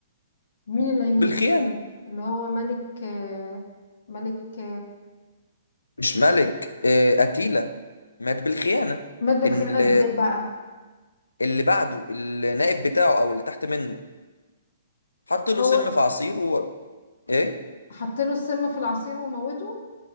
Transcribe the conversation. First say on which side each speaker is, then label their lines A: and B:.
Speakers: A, on the left; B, on the left.
A: مين اللي هيموت
B: بالخيانة
A: بالخيانه اللي هو ملك آه، ملك
B: مش ملك اه اتيلا مات بالخيانة
A: مات بالخيانة
B: اللي,
A: ازاي بقى
B: اللي بعده النائب بتاعه او اللي تحت منه حط له
A: هو
B: سم في عصير و... ايه
A: حط له السم في العصير وموته